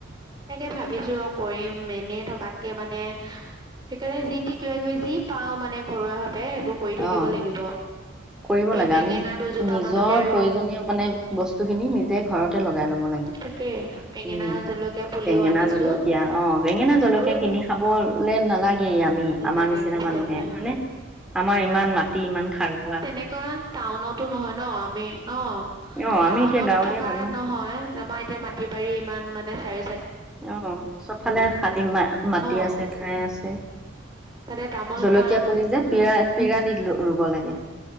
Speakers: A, on the right; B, in the centre.
A: তাকে ভাবিছো ৰ কৰিম এনেই থকাতকে মানে সেইকাৰণে যি তি কিবা কিবি যি পাও মানে ঘৰুৱা ভা দে সেইবোৰ কৰি থাকিব
B: অ
A: লাগিব।
B: কৰিব
A: এই
B: লাগে
A: বেঙেনা
B: আমি
A: দুজোপা
B: নিজৰ
A: মানকে ৰুম
B: প্ৰয়োজনীয় মানে
A: উম
B: বস্তুখিনি নিজে ঘৰতে লগাই লব লাগে।
A: তাকে বেঙেনা
B: উম
A: জলকীয়া পুলিও
B: বেঙেনা
A: আনিছো
B: জলকীয়া অ, বেঙেনা জলকীয়া
A: সেইবোৰ
B: কিনি খাবলে নালাগেই আমি।
A: নালাগে
B: আমাৰ নিচিনা
A: আচলতে
B: মানুহে
A: অ
B: হয়নে? আমাৰ ইমান মাটি ইমান খাৰুৱা।।
A: এনেকুৱাঁ টাউনতো নহয় ন? আমি অ
B: অ আমি
A: টাউনত
B: এতিয়া গাঁৱলীয়া
A: থকা
B: মানুহ
A: নহয় আমাৰ এতিয়া মাটি বাৰী ইমান মানে চাৰ।।
B: অ চবফালে খালি মা মাটি
A: অ
B: আছে খাই আছে।
A: তাতে তামোল
B: জলকীয়া
A: পাণ
B: পুলি যে
A: উম
B: পিৰা পিৰালীত ৰুব লাগে।